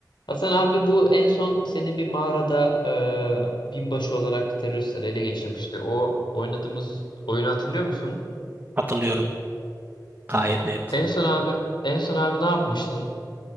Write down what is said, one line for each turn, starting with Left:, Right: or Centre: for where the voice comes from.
Left: Hasan abi bu en son seni bir mağarada e, binbaşı olarak teröristler ele geçirmişti. O oynadığımız oyunu hatırlıyor musun?
Right: Hatırlıyorum gayet net.
Left: En son abi en son abi ne yapmıştın?